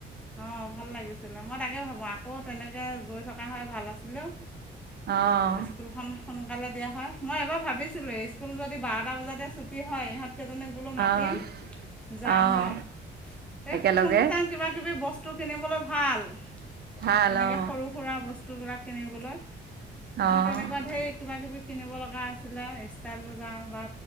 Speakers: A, in the centre; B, on the right (about 55°).
A: অ ভাল লাগিছিলে। মই তাকে ভাবো আকৌ তেনেকে গৈ থকা হৈ ভাল আছিলে ঔ।
B: আহ
A: স্কুলখন সোনকালে দিয়া হয়। মই এবাৰ ভাব ভাবিছিলো এ স্কুল যদি বাৰটা বজাতে ছুটি হয়, ইহঁত কেইজনীক বোলো মাতিম,
B: আহ
A: যাম
B: আহ
A: ৰহ। এই
B: একেলগে
A: সুচুং ফুচাং কিবা কিবি বস্তু কিনিবলৈ ভাল,
B: ভাল
A: তেনেকে
B: অ
A: সৰু সুৰা বচ বস্তুবিলাক কিনিবলৈ,
B: অ অ
A: মোৰ তেনেকুৱা ধেৰ কিব কিবি কিনিব লগা আছিলে। ষ্টাইল বজাৰ বা